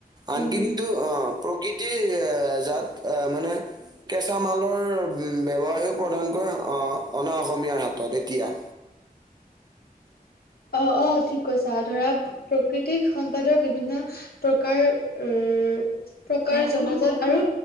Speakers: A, on the right; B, on the left.
A: আনকেইদিনটো
B: উম
A: অ' প্ৰকৃতিৰ এ জাত আহ মানে কেঁচা মালৰ ব্যৱসায়ে প্ৰধানকৈ আহ অনা অসমীয়াৰ হাতত এতিয়া
B: অ' অ' ঠিক কৈছা ধৰা প্ৰকৃতিক সম্পদৰ বিভিন্ন প্ৰকাৰ উম, প্ৰকাৰ জন য'ত আৰু